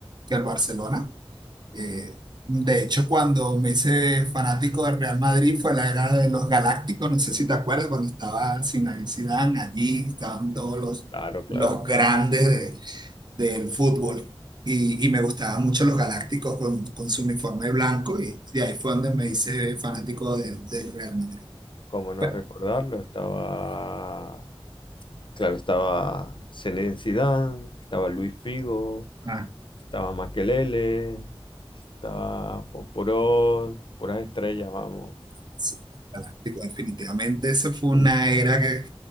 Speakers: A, on the right; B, on the left.
A: que el Barcelona. Eh, de hecho, cuando me hice fanático del Real Madrid fue la era de los Galácticos, no sé si te acuerdas, cuando estaba Zinedine Zidane, allí estaban todos los,
B: Claro, claro,
A: los
B: claro.
A: grandes de- del fútbol y, y me gustaban mucho los Galácticos con, con su uniforme blanco y de ahí fue donde me hice fanático de- del Real Madrid.
B: Cómo no
A: Pero,
B: recordarlo, estaba, claro, estaba Zinedine Zidane, estaba Luis Figo.
A: ah,
B: Estaba Makelele, estaba Fosforos, puras estrellas, vamos.
A: sí, Galáctico, definitivamente, eso fue una
B: Yes.
A: era que